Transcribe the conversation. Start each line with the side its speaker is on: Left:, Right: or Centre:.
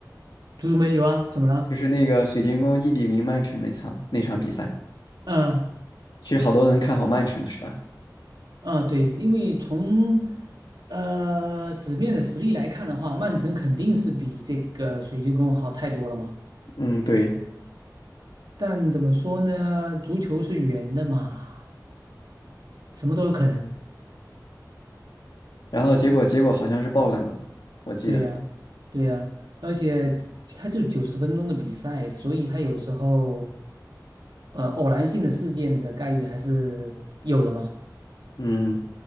Right: 足球没有啊？怎么了？
Left: 就是那个水晶宫一比零曼城那场那场比赛？
Right: 嗯。
Left: 其实好多人看好曼城是吧？
Right: 啊，对，因为从呃纸面的实力来看的话，曼城肯定是比这个水晶宫好太多了嘛。
Left: 嗯，对。
Right: 但怎么说呢，足球是圆的嘛，什么都有可能。
Left: 然后结果结果好像是爆冷了，我记得。
Right: 对呀，对呀，而且它就九十分钟的比赛，所以它有时候呃偶然性的事件的概率还是有的嘛。
Left: 嗯，